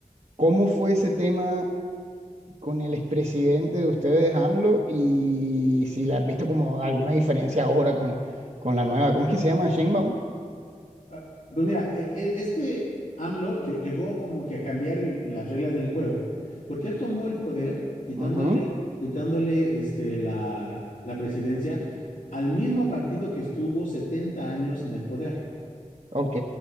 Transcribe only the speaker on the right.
¿Cómo fue ese tema con el expresidente de ustedes, AMLO? Y si le has visto como alguna diferencia ahora con, con la nueva, ¿cómo es que se llama? Sheinbaum.
Ajá.
Ok,